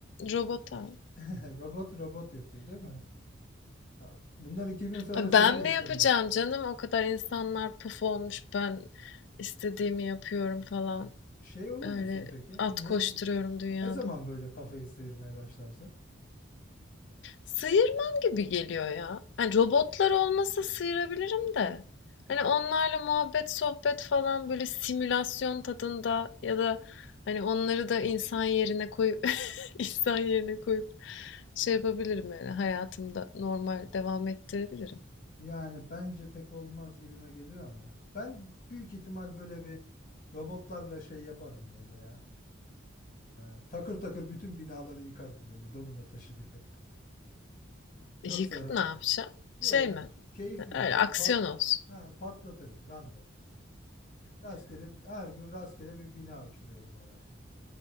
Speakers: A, on the left; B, on the left.
A: Robota.
B: <laughs> Robot robot yapıyor değil mi? Ha, Bunlar iki gün sonra
A: Ha,
B: seni
A: Ben
B: de
A: mi
B: isteme.
A: yapacağım canım o kadar insanlar puf olmuş ben istediğimi yapıyorum falan
B: Şey olur
A: öyle
B: musun peki?
A: at
B: Ne,
A: koşturuyorum dünyada.
B: ne zaman böyle kafayı sıyırmaya başlarsın?
A: Sıyırmam gibi geliyor ya. Hani robotlar olmasa sıyırabilirim de. Hani onlarla muhabbet, sohbet falan böyle simülasyon tadında ya da hani onları da insan yerine koyup <laughs> insan yerine koyup şey yapabilirim yani hayatımda normal devam ettirebilirim.
B: Yani bence pek olmaz gibime geliyor ama. Ben büyük ihtimal böyle bir robotlarla şey yaparım böyle ya. Ee, takır takır bütün binaları yıkarım böyle domino taşı gibi. <laughs> Çok
A: E, Yıkıp
B: zarardı.
A: ne yapacağım?
B: Yok
A: Şey mi?
B: keyfi
A: Öyle
B: böyle
A: aksiyon
B: pat
A: olsun.
B: ha
A: <laughs>
B: patlatırım random. Rastgele her gün rastgele bir bina uçuruyorum havaya.